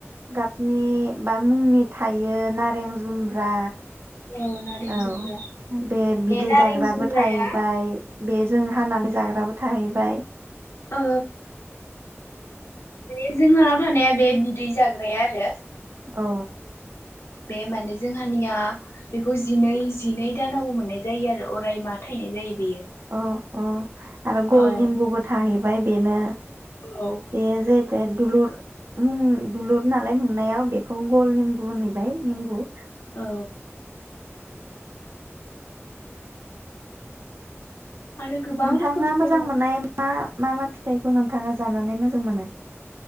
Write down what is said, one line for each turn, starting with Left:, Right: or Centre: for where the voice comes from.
Right: गाबनि बा मुंनि थायो नारें जुम्ब्रा
Left: औ नारें
Right: औ
Left: जुमब्रा
Right: बे बिदै
Left: नारें
Right: जाग्राबो
Left: जुमब्राया
Right: थाहैबाय बेजों हानानै जाग्राबो थाहैबाय
Left: औ। बे जोंहा थानाया बे बिदै जाग्राया आरो
Right: औ।
Left: बे माने जोंहानिया बेखौ जिनै जिनै दानावबो मोननाय जायो आरो अराय माह थायनाय जायो बेयो।
Right: अ अ आरो गल
Left: अ
Right: निमबुबो था ओमफाय बेनो
Left: औ
Right: ए जे दे दुलुर <inaudible> ओम दुलुर नालाय नुनायाव बे बेखौनो गल निम्बु होनबाय निम्बु‌
Left: औ आरो गोबां
Right: नोंथाङा
Left: रोखोमनि
Right: मोजां
Left: दङ
Right: मोननाय मा मा मा फिथाइखौ नोंथाङा जानानै मोजां मोनो?